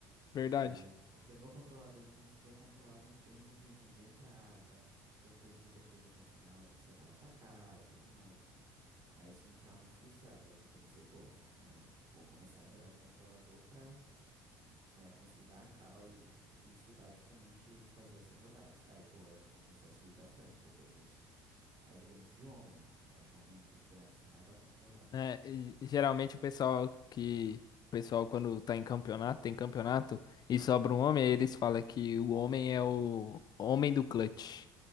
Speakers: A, on the left; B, on the right.
A: Verdade.
B: E porque meu controlador não conseguia controlar muito bem os ambientes de entrada, tanto de defesa quanto na hora que você vai atacar e tudo mais, né? E aí isso me deixava muito frustrado. Aí que que eu pensei, pô, não, vou vou começar a jogar de controlador pra, né, conseguir dar a cal e, e e estudar justamente fazer essas jogadas. Aí, pô, eu comecei a subir bastante depois disso. Aí eu joguei muito de Homem. Eu acho o Homem um dos bonecos assim, mais bacanas de jogar.
A: É, e geralmente o pessoal que. O pessoal, quando tá em campeonato, tem campeonato, e sobra um homem, aí eles falam que o homem é o homem do clutch.